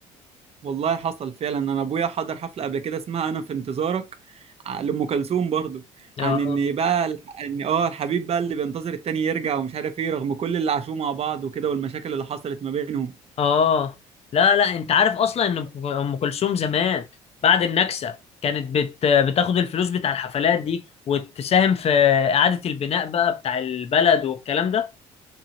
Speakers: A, on the right; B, on the left.
A: والله حصل فعلا انا ابويا حضر حفله قبل كده اسمها انا في انتظارك ع- لام كلثوم برضو
B: اه
A: عن ان بقى الح- ان اه الحبيب بقى اللي بينتظر التاني يرجع ومش عارف ايه رغم كل اللي عاشوه مع بعض وكده والمشاكل اللي حصلت ما بينهم
B: اه لا لا انت عارف اصلا ان ام أم كلثوم زمان بعد النكسه كانت بت بتاخد الفلوس بتاع الحفلات دي وتساهم في اعاده البناء بقى بتاع البلد والكلام ده